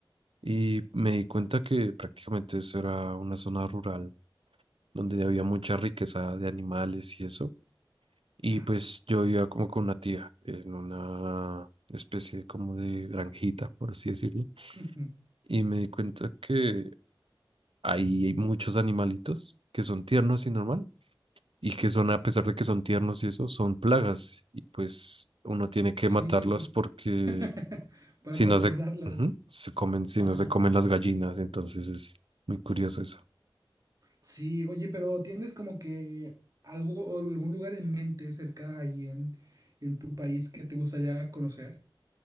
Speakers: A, on the right; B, on the right.
A: Y me di cuenta que prácticamente eso era una zona rural donde había mucha riqueza de animales y eso. Y
B: Ajá.
A: pues yo iba como con una tía en una especie como de granjita, por así decirlo.
B: Ujú.
A: Y me di cuenta que ahí hay muchos animalitos que son tiernos y normal. Y que son, a pesar de que son tiernos y eso, son plagas. Y pues uno tiene que
B: Sí,
A: matarlas porque
B: <laughs> para
A: si
B: controlarlas.
A: no se, Ujú, se comen, si
B: <laughs>
A: no se comen las gallinas, entonces es muy curioso eso.
B: Sí, oye, pero ¿tienes como que algo o algún lugar en mente cerca ahí en, en tu país que te gustaría conocer?